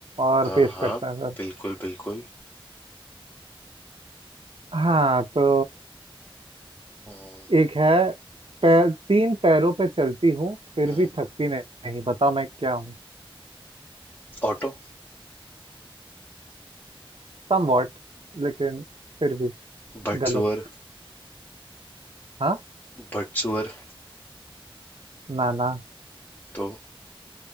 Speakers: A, on the right; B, on the left.
A: और
B: हाँ
A: पेश
B: हाँ
A: करते हैं सर
B: बिल्कुल बिल्कुल
A: हाँ तो
B: हम्म,
A: एक है पैर, तीन पैरों पे चलती हूँ फिर
B: हम्म,
A: भी थकती नहीं बताओ मैं क्या
B: ऑटो
A: समवॉट लेकिन फिर भी
B: बटसुअर
A: गलत हाँ
B: बटसुअर
A: ना ना
B: तो